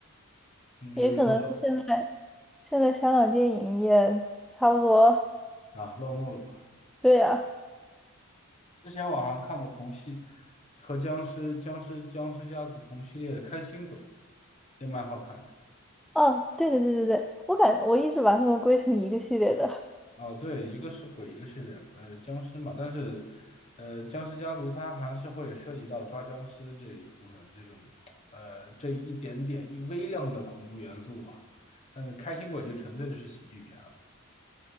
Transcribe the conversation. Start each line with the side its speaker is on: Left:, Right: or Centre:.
Left: 你比如说
Centre: 也可能现在现在香港电影也差不多。
Left: 啊，落幕了嘛。
Centre: 对呀、
Left: 之前我好像看过同系和僵尸、僵尸、僵尸家族同系列的《开心鬼》，也蛮好看的。
Centre: 哦，对对对对对，我感我一直把他们归成一个系列的。
Left: 哦，对，一个是鬼，一个是人，呃，僵尸嘛。但是，呃，僵尸家族它还是会涉及到抓僵尸这一部分，这种，呃，这一点点一微量的恐怖元素吧。但是《开心鬼》就纯粹的是喜剧片了。